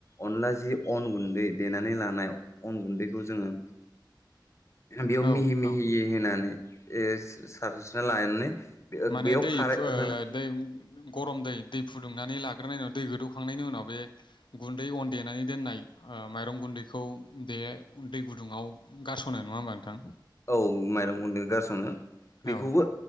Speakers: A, on the left; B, on the left.
A: अनला जि अन गुन्दै देनानै लानाय अन गुन्दैखौ जोङो बेयाव
B: औ
A: मिहि मिहि
B: औ
A: होनानै एसे सारस्रिना लानानै
B: माने
A: बेयाव
B: दै-दै
A: खारै होना
B: गरम दै-दै फुदुंनानै लाग्रोनाय उनाव दै गोदौखांनायनि उनाव बे गुन्दै अन देनानै दोननाय माइरं गुन्दैखौ बे दै गुदुङाव गारस'नो नङा होमबा नोंथां।
A: औ माइरं गुन्दै गारस'नो बेखौबो
B: औ